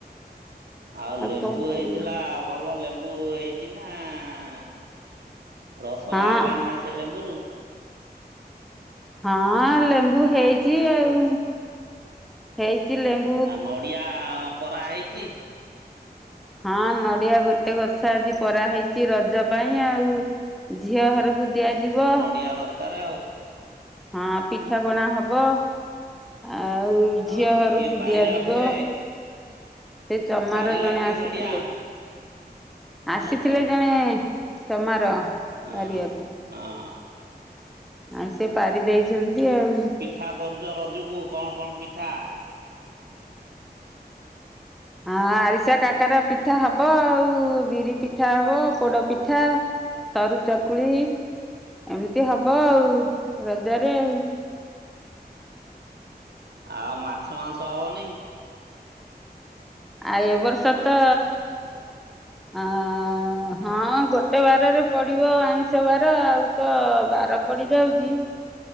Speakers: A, on the right; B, in the centre.
A: ଆଉ ଲେମ୍ବୁ
B: କଣ
A: ହେଇଥିଲା
B: କରିବୁ?
A: ଭଲ ଲେମ୍ବୁ ହେଇଚି ନା ରସ
B: ହଁ
A: ବାହାରିଲାଣି ନା ସେ ଲେମ୍ବୁରୁ?
B: ହଁ ଲେମ୍ବୁ ହେଇଚି
A: ଆ
B: ଆଉ ହେଇଚି ଲେମ୍ବ
A: ଆ ନଡିଆ ପରା ହେଇଚି।
B: ହଁ ନଡିଆ ଗୋଟେ ଗଛ ଆଜି ପରା ହେଇଚି ରଜ ପାଇଁ ଆଉ। ଝିଅ ଘରୁକୁ ଦିଆଯିବ।
A: ୟା ଦରକାର ଆଉ।
B: ହଁ ପିଠାପଣା ହବ। ଆଉ
A: ହଁ
B: ଝିଅ ଘରୁକୁ
A: କିଏ ପାରିଲା
B: ଦିଆଯିବ।
A: ଫେରେ
B: ତେ ଚମାର
A: ପାରିଲା
B: ଜଣେ
A: କିଏ
B: ଆସିଥିଲେ।
A: ନଡ଼ିଆ
B: ଆସିଥିଲେ
A: ଓହୋ
B: ଜଣେ ଚମାର।
A: ହଁ
B: ପାରିବାକୁ
A: ହଁ ହଁ।
B: ଆଉ ସିଏ ପାରି ଦେଇଛନ୍ତି ଆଉ।
A: ପିଠା କରୁଚ ରଜୁକୁ କଁ କଁ ପିଠା?
B: ହଁ ଆରିସା କାକାରା ପିଠା ହବ ଆଉ ବିରି ପିଠା ହବ ପୋଡ ପିଠା। ସରୁ ଚକୁଳି ଏମିତି ହବ ଆଉ ରଜରେ ଆଉ।
A: ଆଉ ମାଛ ମାଉଁସ ହବନି।
B: ଆଉ ଏ ବର୍ଷ ତ ଅଁ ହଁ ଗୋଟେ ବାରରେ ପଡିବ ଆଇଁଷ ବାର ଆଉ। ତ ବାର ପଡି ଯାଉଚି।